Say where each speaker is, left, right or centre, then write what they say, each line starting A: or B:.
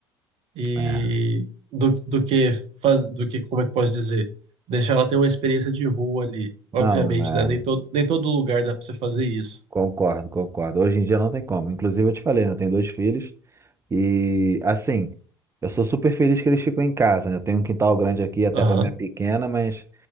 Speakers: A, on the right (about 50°); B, on the right (about 20°).
A: e
B: é.
A: do, do que faz, do que, como é que posso dizer? Deixar ela ter uma experiência de rua ali. Obviamente,
B: Não, é.
A: né? Nem todo, nem todo lugar dá pra você fazer isso.
B: Concordo, concordo. Hoje em dia não tem como. Inclusive eu te falei, né, eu tenho dois filhos. E assim, eu sou super feliz que eles ficam em casa, né? Eu tenho um quintal grande aqui até
A: Aham,
B: para minha pequena, mas